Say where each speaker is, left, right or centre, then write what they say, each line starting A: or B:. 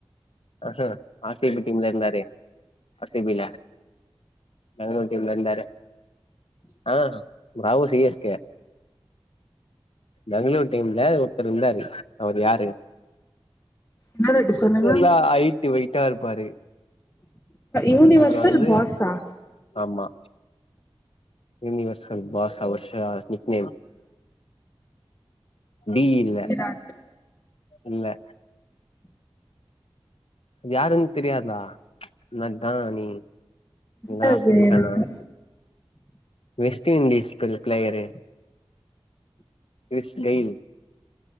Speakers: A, on the left (about 80°); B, on the left (about 20°).
A: ஆஹ ஆர்சிபி டீம்ல இருந்தாரே ஆர்சிபில பெங்களூர் டீம்ல இந்தாரு ஆ ஃப்ராவோ சிஎஸ்கே பெங்களூர் டீம்ல ஒருத்தர் இந்தாரு அவரு யாரு
B: என்னடது சொல்லுங்க
A: நல்லா ஐயிட்டு வெயிட்டாருப்பாரு
B: யூனிவர்சல்
A: அவரு வந்து
B: பாஸா
A: ஆமா யூனிவசல் பாஸ் அவர்ஷ நிக் நேம் டி இல்ல
B: விராட்
A: இல்ல அது யாருன் தெரியாதா என்னதா நீ நீல்லா
B: தெரியாது
A: ஆர்சிபி
B: எனக்கு
A: ஃபேனா வெஸ்ட்டு இண்டிஸ் புது ஃப்ளேயரு ஸ்லேவு